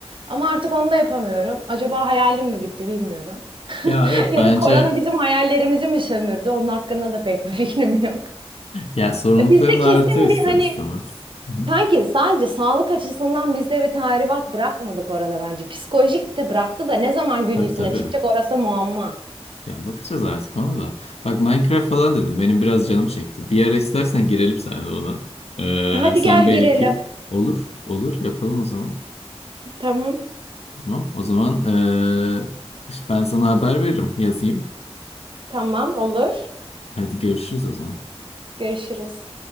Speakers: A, on the right; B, on the left.
A: Ama artık onu da yapamıyorum. Acaba hayalim mi bitti bilmiyorum.
B: Ya
A: <laughs>
B: yok
A: Ya
B: bence
A: da korona bizim hayallerimizi mi sömürdü? Onun hakkında da pek bir <laughs> fikrim yok.
B: ya sorumlulukların
A: E, Bizde
B: artıyor
A: kesin
B: ister
A: bir hani
B: istemez. Hı hı.
A: Sanki sadece sağlık açısından bizde bir tahribat bırakmadı korona bence. Psikolojik de bıraktı da ne zaman gün
B: Tabii
A: yüzüne
B: tabii.
A: çıkacak orası muamma.
B: Ya bakacağız artık ona da. Bak Minecraft falan dedim. Benim biraz canım çekti. Bir ara istersen girelim seninle ona.
A: Hadi
B: E, sen
A: gel
B: belli
A: girelim.
B: ki olur. Olur yapalım o zaman.
A: Tamam.
B: Tamam. O zaman e, işte ben sana haber veririm. Yazayım.
A: Tamam olur.
B: Hadi görüşürüz o zaman.
A: Görüşürüz.